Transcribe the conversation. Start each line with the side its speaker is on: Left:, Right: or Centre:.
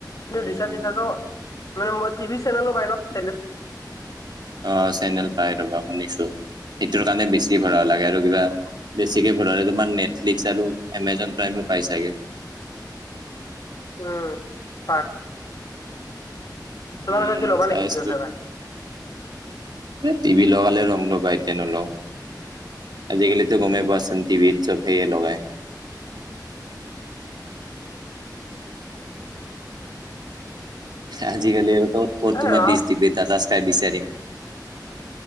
Right: উম
Left: ৰিচাৰ্জ চিচাৰ্জৰ- মানেই টভি চেনেলো পাই ন চেনেল।
Right: অঁ চেনেল পাই ৰবা শুনিছো, সেইটোৰ কাৰণে বেছি ভৰাব লাগে আৰু কিবা- বেছিকে ভৰালে তোমাৰ নেটফ্লিক্স আৰু এমজন প্ৰাইমো পাই চাগে।
Left: উম, হয়। তোমালোকে
Right: উম
Left: কি ল'বা
Right: চাইছিলো।
Left: নেকি জিঅ' ফাইবাৰ
Right: টিভি লগালে লম ৰবা এতিয়া নলওঁ। আজিকালিটো গমেই পোৱা চোন টিভিত চবেই লগাই। আজিকালি আৰু ত ক'ত
Left: এ
Right: তোমাৰ
Left: ৰাম
Right: দিছ টিবি টাটা স্কাই বিচাৰিম।